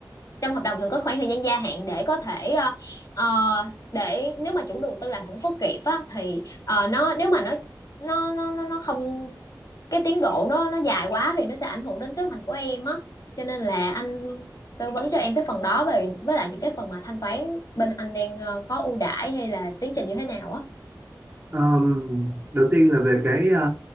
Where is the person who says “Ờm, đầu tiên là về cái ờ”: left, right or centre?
Right